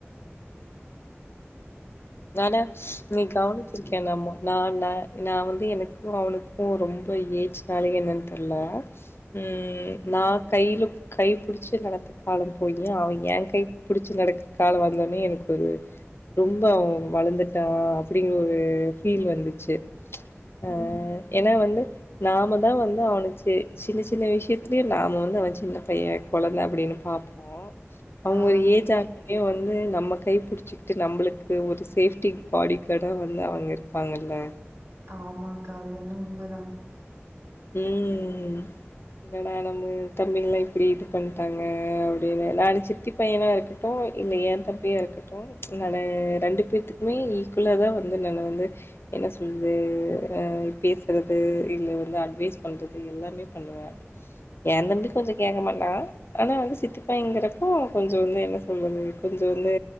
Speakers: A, on the left; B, on the right.
A: நானா நீ கவனிச்சிருக்கென்னம்மோ நா ந நா வந்து எனக்கு அவனுக்கு ரொம்ப ஏஜ்னால என்னன் தெர்ல ம் நா கையிலு கை புடிச்சு நடந்த காலம் போயி அவ ஏ கை புடிச்சு நடக்குற காலோ வந்தோன்னே எனக்கு ஒரு ரொம்ப அவ வளந்துட்டா அப்டிங்கிற ஒரு ஃபீல் வந்துச்சு ப்ச் ஆ
B: ம்.
A: ஏனா வந்து நாமதா வந்து அவன சி சின்ன சின்ன விஷயத்துலே நாம வந்து அவன் சின்ன பைய கொழந்த அப்டின்னு பாப்போ அவங்க
B: ஆ.
A: ஒரு ஏஜ் ஆ <inaudible> னே வந்து நம்ம கை புடிச்சிக் ட்டு நம்மளுக்கு ஒரு சேஃப்டி பாடி கார்டா வந்து அவங்க இருப்பாங்கல்ல
B: ஆமா அக்கா அது வேணா உண்மதா
A: ம் என்னடா நம்ம தம்பிகல்லா இப்டி இது பண்ட்டாங்க அப்டினு நானு சித்தி பையனா இருக்கட்டு இல்ல எ தம்பியா இருக்கட்டு நானு ரெண்டு பேத்துக்குமே ஈக்குவலாதா வந்து நானு வந்து என்ன சொல்லது அ பேசுறது இல்ல வந்து அ ட்வேஸ் பண்றது எல்லாமே பண்ணுவ ஏ தம்பி கொஞ்சோ கேக்க மாட்டா ஆனா வந்து சித்தி பையங்கிறப்போ கொஞ்சோ வந்து என்ன சொல்றது கொஞ்சோ வந்து